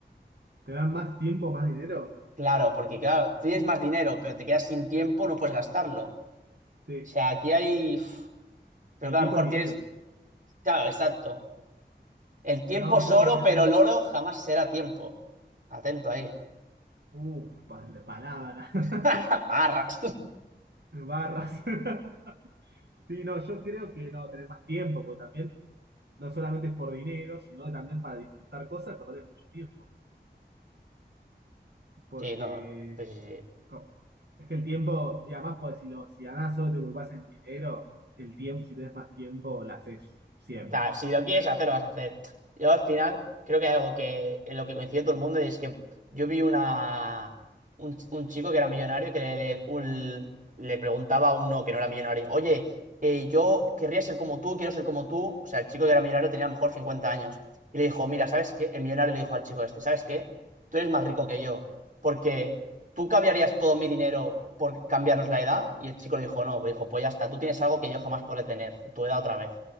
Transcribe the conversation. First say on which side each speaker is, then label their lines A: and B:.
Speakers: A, on the right; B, on the right.
A: tener más tiempo, más dinero,
B: Claro, porque claro, tienes
A: uff,
B: más dinero, pero te quedas sin tiempo, no puedes gastarlo. O
A: sí.
B: sea, aquí hay... uf, Pero
A: Pero
B: claro,
A: el tiempo
B: a lo mejor
A: es dinero
B: tienes...
A: también.
B: Claro, exacto. El tiempo
A: No,
B: es
A: creo
B: oro,
A: que preferiría
B: pero
A: tener más,
B: el oro jamás será tiempo. Atento ahí.
A: uff, palabras, <laughs>
B: <laughs> Barras.
A: barras. <laughs> Sí, no, yo creo que no, tener más tiempo, porque también no solamente es por dinero, sino que también para disfrutar cosas, capaz de mucho tiempo. Porque
B: Sí, no. Pues sí, sí.
A: co- Es que el tiempo, y además, pues, si, lo, si ganás solo te preocupás en el dinero, el tiempo, si tenés más tiempo, la haces siempre.
B: O sea, si lo quieres hacer, lo vas a hacer. Yo al final creo que hay algo que en lo que coincide todo el mundo y es que yo vi una un, un chico que era millonario que le, le- un- le preguntaba a uno que no era millonario, oye, eh, yo querría ser como tú, quiero ser como tú. O sea, el chico que era millonario tenía a lo mejor 50 años. Y le dijo, mira, ¿sabes qué? El millonario le dijo al chico este, ¿sabes qué? Tú eres más rico que yo, porque tú cambiarías todo mi dinero por cambiarnos la edad. Y el chico le dijo, no, dijo, pues ya está, tú tienes algo que yo jamás podré tener, tu edad otra vez.